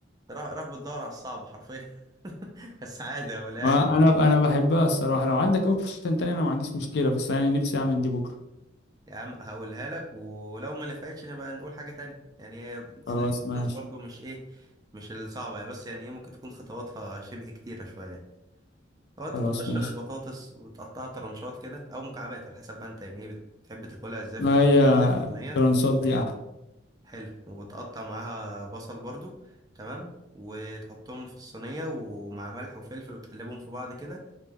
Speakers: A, on the right; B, on the left.
A: راح راح بتدور على الصعب حرفيا <laughs> بس عادي هقولها
B: ما
A: لك
B: انا انا بحبها الصراحه لو عندك اوبشن تاني انا ما عنديش مشكله بس انا نفسي اعمل دي بكره
A: يا عم هقولها لك ولو ما نفعتش نبقى نقول حاجة تانية يعني هي صينية
B: خلاص
A: البطاطس
B: ماشي
A: برضو مش إيه مش الصعبة هي بس يعني إيه ممكن تكون خطواتها شبه كتيرة شوية هو انت
B: خلاص
A: بتقشر
B: ماشي
A: البطاطس وتقطعها طرنشات كده او مكعبات على حسب ما انت يعني ايه بتحب تاكلها ازاي في
B: ما هي
A: الصينيه
B: ترانسات دي احلى
A: حلو وتقطع معاها بصل برضو تمام وتحطهم في الصينيه ومع ملح وفلفل وتقلبهم في بعض كده